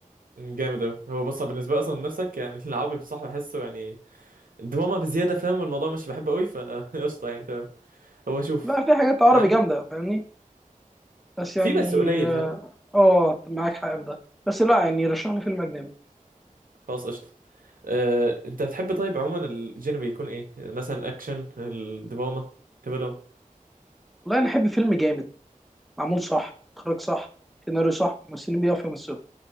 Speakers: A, on the right; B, in the centre.
A: مم، جامد اوي هو بص أنا بالنسبه لي اصلا نفسك يعني <laughs> العربي بصح بحسه يعني دراما بزياده فاهم والموضوع مش بحبه قوي فقشطه <laughs> يعني تمام هو شوف
B: بقى في حاجات عربي
A: عن
B: جامده فاهمني بس يعني
A: في بس قليل
B: اه
A: فاهمني
B: آه، معاك حق في ده بس لا يعني رشح لي فيلم اجنبي
A: خلاص قشطه أه... انت بتحب طيب عموما الجينري يكون ايه مثلا الاكشن الدراما ثريلر
B: والله انا احب فيلم جامد معمول صح اخراج صح سيناريو صح ممثلين بيعرفوا يمثلوا